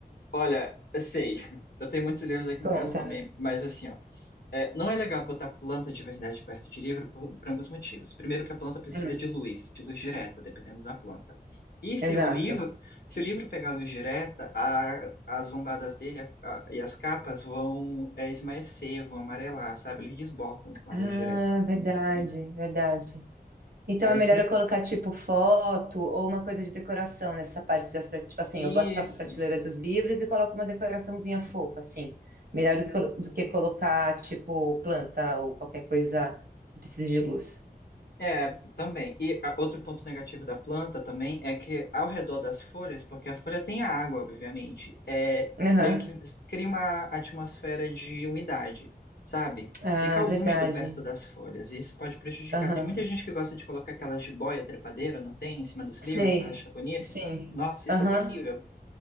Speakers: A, on the left (about 75°); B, on the right (about 70°).
A: Olha, eu sei, <laughs> eu tenho muitos livros aqui em
B: Conta.
A: casa também, mas assim, ó. É, não é legal botar planta de verdade perto de livro por, por alguns motivos. Primeiro, que a planta precisa
B: Hum,
A: de luz, de luz direta, dependendo da planta. E se
B: exato.
A: o livro, se o livro pegar luz direta, a- as lombadas dele a- a- e as capas vão é, esmaecer, vão amarelar, sabe? Eles desbotam com a
B: Ah,
A: luz direta por
B: verdade,
A: muito tempo.
B: verdade. Então
A: Aí
B: é melhor eu colocar tipo foto ou uma coisa de decoração nessa parte das, prate- tipo assim,
A: isso,
B: eu boto, faço a prateleira dos livros e coloco uma decoraçãozinha fofa, assim. Melhor do, colo- do que colocar tipo planta ou qualquer coisa que precise de luz.
A: É, também. E a- outro ponto negativo da planta também é que ao redor das folhas, porque a folha tem a água, obviamente, é
B: Aham.
A: meio que s- cria uma atmosfera de umidade, sabe?
B: Ah,
A: Fica úmido
B: verdade.
A: perto das folhas e isso pode prejudicar.
B: Aham.
A: Tem muita gente que gosta de colocar aquelas jiboia trepadeira, não tem? Em cima dos
B: Sei.
A: livros para achar bonito.
B: Sim.
A: Nossa, isso
B: Aham.
A: é terrível.